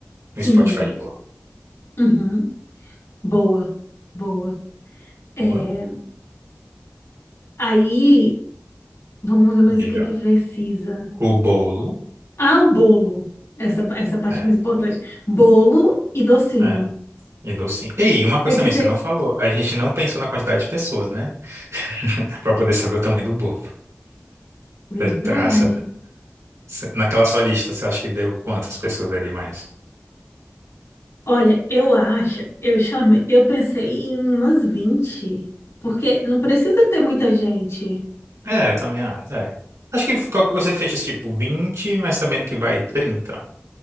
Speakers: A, on the right; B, on the left.
A: No
B: sim.
A: Spotify de boa.
B: Uhum. Boa, boa. É,
A: Boa.
B: aí, vamos ver mais
A: Diga.
B: o que que precisa.
A: O bolo.
B: Ah, o bolo. Essa, essa parte
A: É.
B: mais importante. Bolo e docinho.
A: É. E docinho. E aí, uma coisa
B: Tem que
A: também,
B: ser.
A: você não falou. A gente não pensou na quantidade de pessoas, né? <laughs> Pra poder saber o tamanho do bolo.
B: Verdade.
A: Você tá- essa- você- Naquela sua lista, você acha que deu quantas pessoas ali mais?
B: Olha, eu acho, eu chamei, eu pensei em umas 20 porque não precisa ter muita gente.
A: É, eu também acho. É. Acho que qualquer coisa você fecha tipo 20 mas sabendo que vai 30